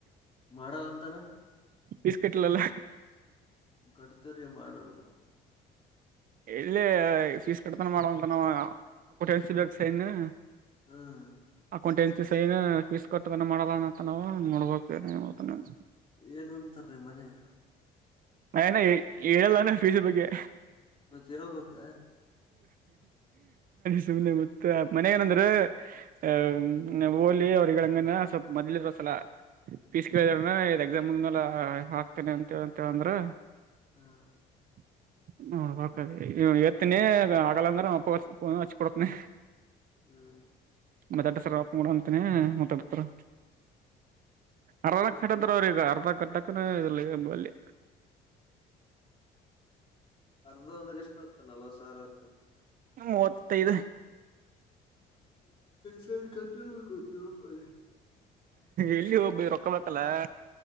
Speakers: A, on the left; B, on the right.
A: ಮಾಡವಂತಾನ
B: ಪೀಸಕಟ್ಲಿಲ್ಲ
A: ಕರ್ಟರಿ ಮಾಡೋಣ
B: ಇಲ್ಲೇ ಫೀಸ್ ಕಡ್ತನ ಮಾಡುವಂತ ನಾ ಕೊಟನ್ಸಬೇಕ ಸೈ ಇನ್ನು.
A: ಹ್ಮ್
B: ಅಕೌಂಟ ಎನ್ಸಿ ಸೈನ್ ಫೀಸ್ ಕಟ್ಟುತನ ಮಾಡೋಲ್ಲ ಅಂತಾ ನಾವು ನೋಡ್ಬೇಕು.
A: ಏನ್ಂತಾರೀ ಮನ್ಯಾ ಗ್
B: ಮನ್ಯಾಗ ಹೇಳಲ್ಲ ಅಂದ್ರ್ ಫೀಸ್ ಬಗ್ಗೆ.
A: ಮತ್ ಹೇಳ್ಬೇಕ
B: ಸುಮ್ನೆ ಮತ್ತ ಮನ್ಯಾಗ ಏನಂದ್ರು. ಆ ಹೋಗ್ಲಿ ಅವ್ರಗಳಂಗನ್ನ ಸ್ವಲ್ಪ ಮೊದ್ಲಿರುವ ಸಲ. ಪೀಸ್ ಕೇಳಾನ ಇ ಎಕ್ಸಾಮ್ ಮ್ಯಾಲೆ ಹಾಕ್ತಾನೆ ಅಂತಂತ ಅಂದ್ರ್.
A: ಹ್ಮ್
B: <inaudible> ನ ಹೇಳ ತನಿ ಆಗಲ್ಲಾಂದ್ರೆ ಅಪ್ಪ ಫೋನ್ ಹಚ್ ಕೊಡ್ತನಿ.
A: ಹ್ಮ್
B: ಮಾತಾಟ ಸರ್ ವಾಪಸ್ ಮಾಡ ಅಂತೀನಿ ಮಾತಾಡ್ತಾರ್.
A: ಹ್ಮ್
B: ಅರ್ಧ ಕಟ್ಟದ್ರ ಅವ್ರ ಈಗ ಅರ್ಧ ಕಟ್ಟಕ ಇ ಎಂಬಲ್ಲಿ.
A: ಅರ್ಧ ಅಂದ್ರೆ ಎಷ್ಟು ಆತ್ತದ ನಲವತ್ತು ಸಾವಿರ ಆತದನ
B: ಮೂವತ್ತೈದು
A: ಸರಿ ಕಟ್ಟಿಡ್ಬೇಕು ಗತ್. <unintelligible>
B: ಎಲ್ಲಿ ಒಬ್ಬ ರೊಕ್ಕೊಹೋಟಲ್ಲ‌.